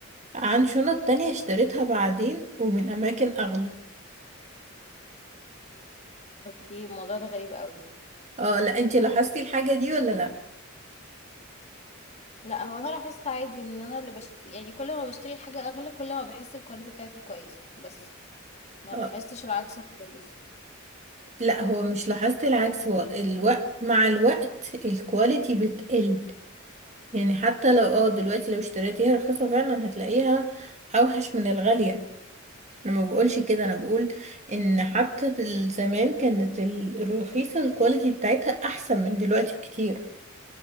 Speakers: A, on the right; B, on the left.
A: عن شنط تانية اشتريتها بعدين ومن اماكن اغلى
B: اوكي الموضوع ده غريب قوي
A: اه لا انتي لاحظتي الحاجة دي ولا لا
B: لا هو انا لاحظت عادي ان انا اللي بشت... يعني كل ما بشتري حاجه اغلى كل ما بحس الكواليتي بتاعتها كويسه بس ما
A: اه
B: لاحظتش العكس خالص
A: لا هو مش لاحظت العكس هو الوقت مع الوقت الكواليتي بتقل يعني حتى لو اه دلوقتي لو اشتريتيها رخيصة فعلا هتلاقيها اوحش من الغالية انا ما بقولش كده انا بقول ان حتى دل- زمان كانت ال- الرخيصه الكواليتي بتاعتها احسن من دلوقتي بكتير